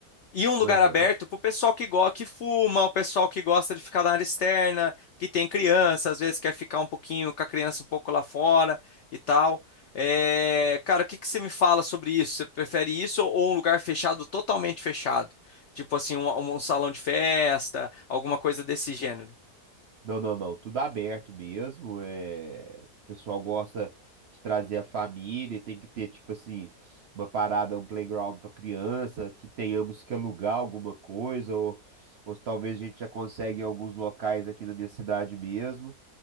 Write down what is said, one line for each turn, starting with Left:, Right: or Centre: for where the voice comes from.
Left: E um lugar
Right: Aham.
Left: aberto pro pessoal que, go que fuma, o pessoal que gosta de ficar na área externa, que tem criança, às vezes quer ficar um pouquinho com a criança um pouco lá fora e tal. É, cara, o que que você me fala sobre isso? Você prefere isso ou um lugar fechado, totalmente fechado? Tipo assim, um, um salão de festa, alguma coisa desse gênero.
Right: Não, não, não. Tudo aberto mesmo. É... O pessoal gosta de trazer a família e tem que ter, tipo assim, uma parada, um playground para criança, que tenhamos que alugar alguma coisa, ou, ou se talvez a gente já consegue em alguns locais aqui na minha cidade mesmo.